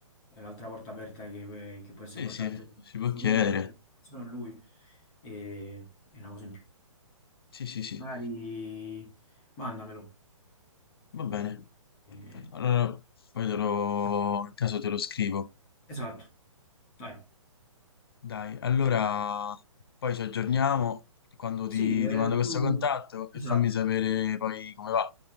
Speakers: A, on the left; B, on the left.
A: è un'altra porta aperta che, che può essere
B: Sì,
A: importante
B: sì,
A: per
B: si
A: il
B: può
A: futuro,
B: chiedere.
A: chiedere informazioni a lui, e, è una cosa in più.
B: Sì, sì, sì.
A: Magari mandamelo.
B: Va bene.
A: Eh,
B: Allora, poi te lo, in caso te lo scrivo.
A: esatto, dai.
B: Dai, allora poi ci aggiorniamo quando
A: Sì,
B: ti,
A: eh,
B: ti mando questo
A: tu,
B: contatto
A: esatto,
B: e fammi sapere poi come va.